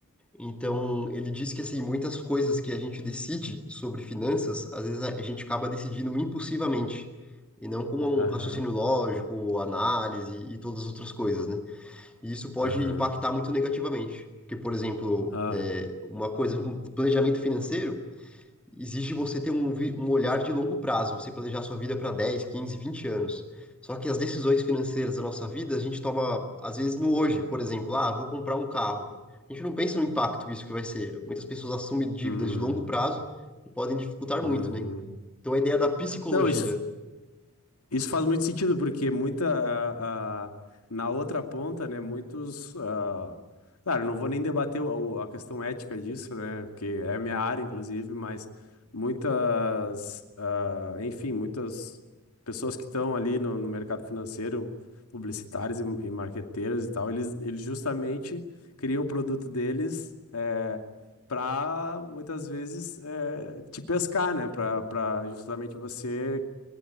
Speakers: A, in the centre; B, on the left.
A: Então, ele diz que, assim, muitas coisas que a gente decide sobre finanças, às vezes a gente acaba decidindo impulsivamente. E não com um
B: Aham,
A: raciocínio lógico, análise e todas as outras coisas, né? E isso pode
B: aham.
A: impactar muito negativamente. Porque, por exemplo,
B: Ah,
A: é, uma coisa, um planejamento financeiro exige você ter um, vi- um olhar de longo prazo, você planejar sua vida para 10, 15, 20 anos. Só que as decisões financeiras da nossa vida, a gente toma, às vezes, no hoje, por exemplo, ah, vou comprar um carro. A gente não pensa no impacto que isso que vai ser. Muitas pessoas assumem dívidas
B: hum,
A: de longo prazo que podem dificultar
B: uhum.
A: muito, né? Então, a ideia da psicologia
B: Não, isso Isso faz muito sentido, porque muita. ah, ah, na outra ponta, né? Muitos. ah, claro, não vou nem debater o- o- a questão ética disso, né? Porque é a minha área, inclusive, mas muitas. ah, enfim, muitas pessoas que estão ali no, no mercado financeiro, publicitários e, e marqueteiros e tal, eles, eles justamente criam o produto deles. É, para muitas vezes eh, te pescar, né? Para para justamente você